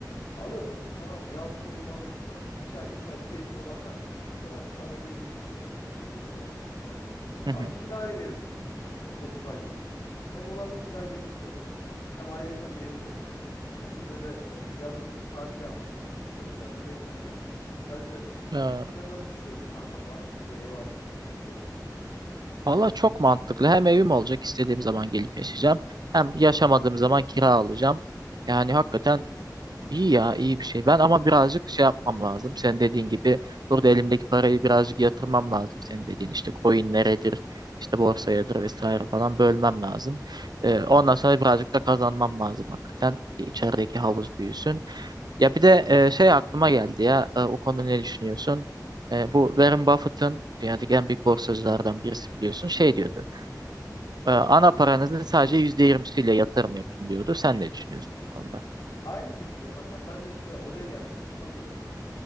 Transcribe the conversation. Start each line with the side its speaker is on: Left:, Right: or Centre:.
Left: Alırdım tamam mı? Yazlık evimi alırdım abi. İki ay, üç ay keyfime bakardım. Sonra zaten geri yurt dışına çıkarım. İşim gücüm orada. Tamam mı? Abi
Right: Hı hı.
Left: kiraya verirdim mesela 9 ay boyunca. Hem oranın kira getirisi olurdu. Hem ayrıyeten bir evim olurdu. Hem de böyle e, yazın tatil yapmak için çok güzel bir mekan yani. Sence
Right: Ee,
Left: sen nasıl düşünüyorsun kanka? Mantıklı mı böyle ev alırken yani böyle bir şey?
Right: valla çok mantıklı. Hem evim olacak istediğim zaman gelip yaşayacağım. Hem yaşamadığım zaman kira alacağım. Yani hakikaten iyi ya, iyi bir şey. Ben ama birazcık şey yapmam lazım. Sen dediğin gibi burada elimdeki parayı birazcık yatırmam lazım. Senin dediğin işte coin neredir, işte borsayadır
Left: Evet,
Right: vesaire falan bölmem lazım. Ee, ondan sonra birazcık da kazanmam lazım hakikaten. ki içerideki havuz büyüsün. Ya
Left: evet,
Right: bir de e, şey aklıma geldi ya E, o konuda ne düşünüyorsun? E, bu Warren Buffett'ın dünyadaki en büyük borsacılardan birisi biliyorsun şey diyordu.
Left: evet.
Right: E, ana paranızın sadece yüzde yirmisiyle yatırım yapın diyordu. Sen ne düşünüyorsun bu konuda?
Left: Aynı şekilde kankam ben de işte oraya gelmeye çalışıyorum. Hani dedim ya